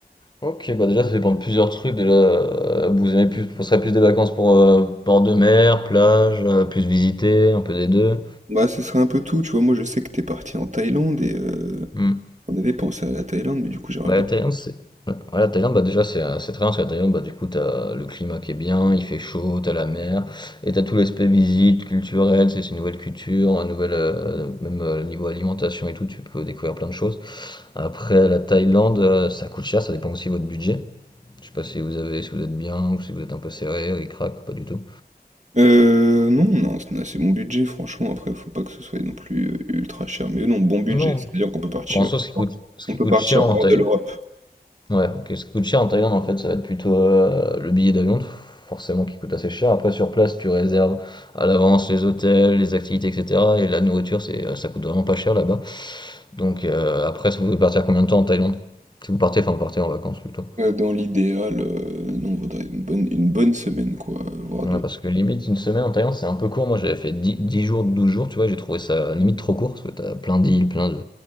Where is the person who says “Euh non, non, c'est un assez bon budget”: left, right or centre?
Right